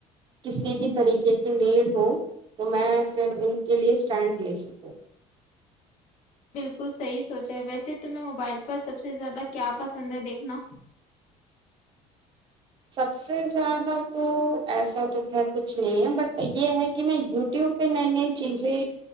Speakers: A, on the right; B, on the left.
A: کسی بھی طریقے کی نیڈ ہو تو میں پھر ان کے لیے اسٹینڈ لے سکوں
B: بالکل صحیح سوچ ہے ویسے تمہیں موبائل پر سب سے زیادہ کیا پسند ہے دیکھنا
A: سب سے زیادہ تو ایسا تو خیر کچھ نہیں ہے بٹ یہ ہے کہ میں یوٹیوب پہ نئی نئی چیزیں